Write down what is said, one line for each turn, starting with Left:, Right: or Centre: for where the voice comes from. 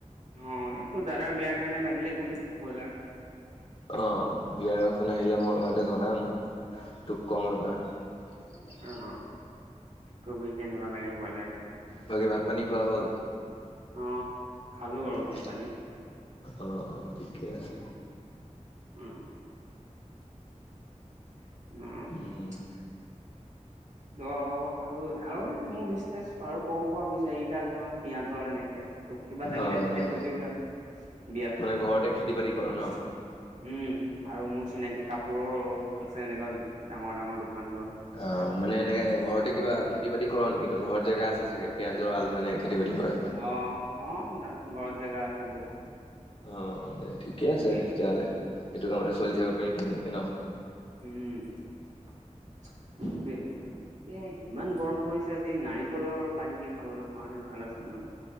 Right: অ' তোৰ দাদাৰ বিয়াৰ কাৰণে লাগিলে। কবি ব্ৰইলাৰ
Left: অ' বিয়াৰ এখন আহিলে মই এবাৰ জনাম তোক কম এবাৰ <unintelligible>
Right: অ'। কবি কেনেকুৱা লাগে বইলাৰ
Left: বাকী ভাত পানী খোৱা হ'ল।
Right: অ'। খালোঁ বাৰু ভাত
Left: এ
Right: পানী
Left: অ' ঠিকে ঠিকে আছে?
Right: উম অ
Left: উম,
Right: ৰ আৰু-আৰু মোৰ বিচনেছ আৰু সৰু খুৰা আমি চাৰিটা আছে নহয়, পিঁয়াজ জ এনেকে তোক কিবা লাগিলে
Left: অ' এনেকা
Right: তেতিয়া কবি, এইবিলাক বিয়াত
Left: মানে ঘৰতে খেতি বাতি
Right: উম
Left: কৰ ন?
Right: আৰু মোৰ চিনাকি কাপোৰৰো, আছে এনেকুৱা ডাঙৰ-ডাঙৰ দোকান ধৰ।
Left: অ' মানে এনেকে ঘৰতে কিবা খেতি-বাতি কৰ নেকি? তহঁতৰ ঘৰত জেগা আছে চাগে, পিয়াঁজ আলু এনেকে খেতি বাতি কৰা?
Right: অহ, অ দাম, ঘৰত জেগা আছে বহুত।
Left: অ, হয় দে ঠিকে আছে
Right: বিয়াত
Left: তেতিয়াহ'লে, সেইটো কামতে চলি থাকিব পাৰি ধুনীয়াকে ন।
Right: উম--সেইটোৱে, উম এইয়া ইমান গৰম পৰিছে আজি, নাৰিকলৰ পানীকে খাবলৈ পৰাহেঁতেন ভাল আছিল ন।